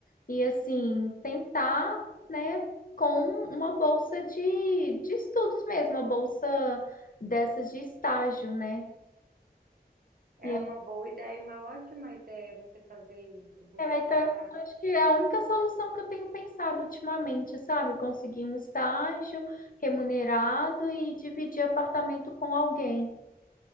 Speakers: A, on the left (about 55°); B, on the right (about 65°).
A: e, assim, tentar, né, com uma bolsa de, de estudos mesmo, uma bolsa dessas de estágio, né?
B: é
A: E
B: uma
A: aí,
B: boa ideia, uma ótima ideia você fazer isso, buscar.
A: é, tá- acho que é a única solução que eu tenho pensado ultimamente, sabe? Conseguir um estágio remunerado e dividir apartamento com alguém.